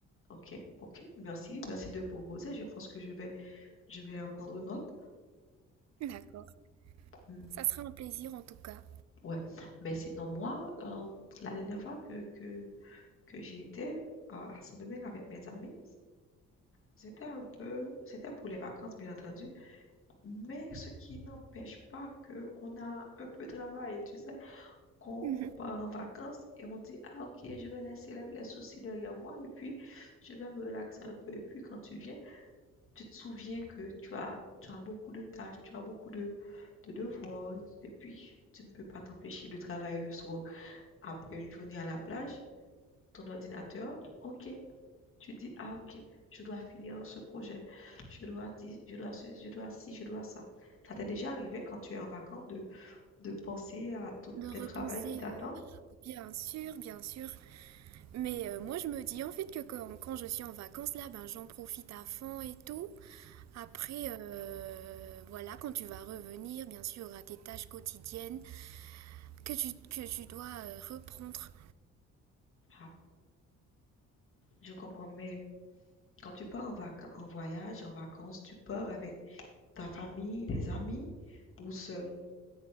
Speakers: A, on the left; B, on the right.
A: ok, ok. Merci, merci de proposer. Je pense que je vais, je vais en prendre note.
B: D'accord.
A: Hmm.
B: Ça sera un plaisir en tout cas.
A: Ouais, mais sinon, moi, euh, la dernière fois que, que, que j'ai été euh, à Saint-Domingue avec mes amis, c'était un peu, c'était pour les vacances, bien entendu, mais ce qui n'empêche pas qu'on a un peu de travail, tu sais, quand
B: Mhm.
A: on part en vacances et on dit, ah ok, je vais laisser les, les soucis derrière moi et puis je vais me relaxer un peu. Et puis quand tu viens, tu te souviens que tu as, tu as beaucoup de tâches, tu as beaucoup de, de devoirs et puis tu ne peux pas t'empêcher de travailler le soir. après une journée à la plage, ton ordinateur, ok, tu dis, ah ok, je dois finir ce projet, je dois dire, je dois ceci, je dois ci, je dois ça. Ça t'est déjà arrivé quand tu es en vacances de, de penser à tout
B: De repenser
A: le travail qui t'attend?
B: à, Bien sûr, bien sûr. Mais euh, moi, je me dis en fait que quand, quand je suis en vacances là, ben j'en profite à fond et tout. Après, euh, voilà, quand tu vas revenir, bien sûr, à tes tâches quotidiennes que tu, que tu dois euh, reprendre.
A: Ah, je comprends, mais quand tu pars en vac- en voyage, en vacances, tu pars avec ta famille, des amis ou seul?